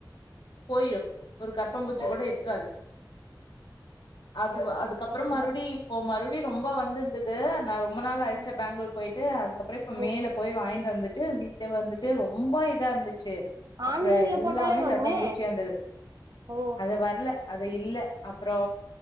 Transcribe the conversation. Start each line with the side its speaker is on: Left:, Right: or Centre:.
Left: போயிரு ஒரு கரப்பாம்பூச்சி
Right: ஓ
Left: கூட இருக்காது அதுவா அது க்கப்ற
Right: அப்டியா
Left: மறுவடி இப்போ மறுவடி ரொம்ப வந்திருந்தது நா ரொ ரொம்ப நாள் ஆயிருச்சா
Right: ம்
Left: பேங்ளூர் போயிட்டு அதுக்கப்ற இப்ப
Right: ஓ
Left: மேல போய் வாங்கிட்டு வந்துட்டு வீட வந்து ட்டு ரொம்ப இதா இருந்துச்சு அப்ற
Right: ஆன்லைன்ல
Left: எல்லாமே
Right: போட்டாலே வருமே
Left: கரப்பாம்பூச்சியா இருந்தது
Right: ஓ
Left: அது வர்ல அது இல்ல அப்றோ